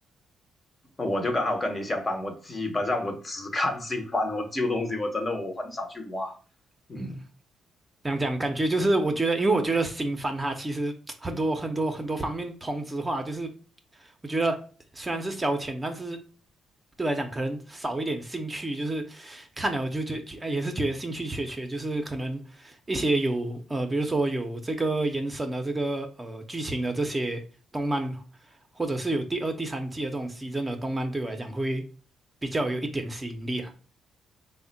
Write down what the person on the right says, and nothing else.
嗯。这样讲，感觉就是我觉得，因为我觉得新番它其实很多很多很多方面同质化，就是我觉得虽然是消遣，但是对我来讲可能少一点兴趣，就是看了我就觉觉哎也是觉得兴趣缺缺，就是可能一些有呃，比如说有这个延伸的这个呃剧情的这些动漫，或者是有第二、第三季的这种 s e 的动漫，对我来讲会比较有一点吸引力啊。